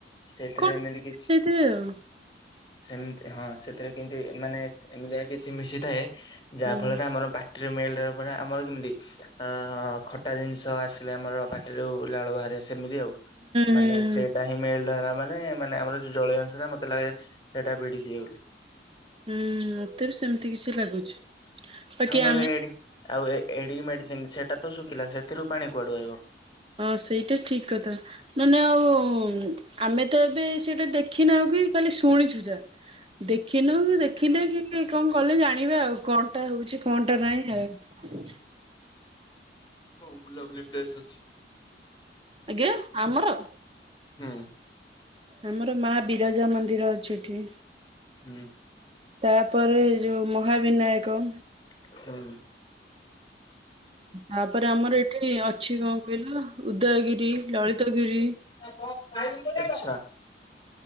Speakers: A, on the left (about 25°); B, on the right (about 30°).
A: ସେଥିରେ
B: କଣ
A: ଏମିତି
B: ଦେଇଥିବେ
A: କିଛି
B: ଆଉ
A: ସେମତି ହଁ ସେଥିରେ କେମିତି ମାନେ ଏମିତିଆ କିଛି ମିଶିଥାଏ ଯାହା
B: ହୁଁ ହୁଁ
A: ଫଳରେ ଆମର ପା ପାଟିରେ ମେଲ୍ଟ ହେବା ପରେ ଆମର କେମିତି ହଁ ହଁ ଖଟା ଜିନିଷ ଆସିଲେ ଆମର ପାଟିରୁ ଲାଳ ବାହାରେ ସେମିତି ଆଉ।
B: ହୁଁ
A: ମାନେ
B: ହୁଁ।
A: ସେଇଟା ହିଁ ମଳି ଧ ମାନେ ମାନେ ଆମର ଯୋଉ ଜଳୀୟ ଅଂଶ ଟା ମତେ ଲାଗେ ସେଇଟା ଭିଡିକି ହୁଏ।
B: ହୁଁ ତେବେ ସେମିତି କିଛି ଲାଗୁଛି। ବାକି
A: ଆଉ ନହେଲେ
B: ଆମେ
A: ଏ ଆଉ ଏଡି ମେଡିସିନ ସେଟା ତ ଶୁଖିଲା ସେଥିରୁ ପାଣି କୁଆଡୁ ଆଇବ।
B: ହଁ ସେଇଟା ଠିକ କଥା। ନ ନେ ଆଉ ଆମେ ତ ଏବେ ସେଟା ଦେଖି ନାଉ କି କାଲି ଶୁଣିଛୁ ଯା। ଦେଖିନୁ କି ଦେଖିଲେ କି କଣ କଲେ ଜାଣିବା ଆଉ କଣ? କଣଟା ହଉଛି କଣଟା ନାଇଁ ଆଉ
A: ହଉ ବୁଲାବୁଲି ପ୍ର୍ଲେସ୍ ଅଛି।
B: ଆଜ୍ଞା ଆମର।
A: ହୁଁ।
B: ଆମର ମା ବିରଜା ମନ୍ଦିର ଅଛି ଏଠି।
A: ହୁଁ।
B: ତାପରେ ଯୋଉ ମହାବିନାୟକ।
A: ହୁଁ।
B: ତାପରେ ଆମର ଏଠି ଅଛି କଣ କହିଲ ଉଦୟଗିରି ଲଳିତଗିରି।
A: <inaudible>